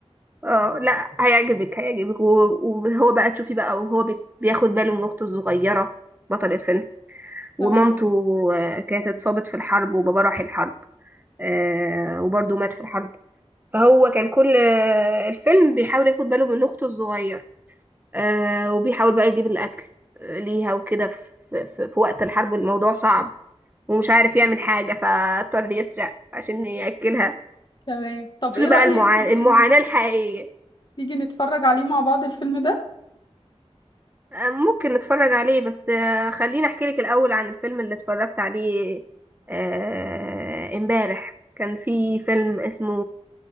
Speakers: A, on the right; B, on the left.
A: اه لا هيعجبك هيعجبك و- وهو بقى تشوفي بقى وهو بي- بياخد باله من أخته الصغيرة بطل الفيلم ومامته
B: تمام
A: آه، كانت اتصابت في الحرب وبابا راح الحرب آه، وبرضه مات في الحرب فهو كان كل آه، الفيلم بيحاول ياخد باله من أخته الصغيرة آه وبيحاول بقى يجيب الأكل آه، ليها وكده في, في, في وقت الحرب الموضوع صعب ومش عارف يعمل حاجة فاضطر يسرق عشان يأكلها
B: تمام طب
A: شوفي
B: ايه
A: بقى
B: رأيك
A: المعاناة
B: تيجي
A: المعاناة
B: ن-
A: الحقيقية
B: تيجي نتفرج عليه مع بعض الفيلم ده
A: آه ممكن نتفرج عليه بس آه خليني أحكي لك الأول عن الفيلم اللي اتفرجت عليه آه، امبارح كان في فيلم اسمه